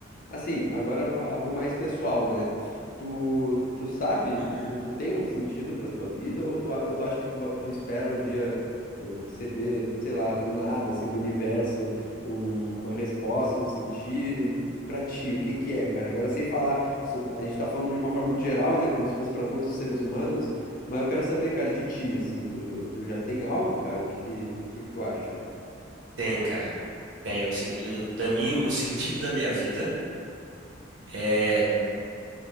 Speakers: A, on the left (about 45°); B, on the right (about 70°).
A: Assim, agora pa- algo mais pessoal, né? Tu, tu sabe,
B: Uhum.
A: tu, tu, tu tem um sentido pra tua vida ou tu, a- ou tu acha que tu, va- tu espera um dia eh, receber, sei lá, do nada, assim, do universo, um- uma resposta, um sentido pra ti? O que que é, cara? Agora, sem falar, so- a gente tá falando de uma forma muito geral, né? Como se fosse pra todos os seres humanos, mas eu quero saber, cara, de ti, assim, tu, tu já tem algo, cara? O que que, o que que tu acha?
B: Tem, cara. Tem. Eu, sen- eu, para mim, o sentido da minha vida é,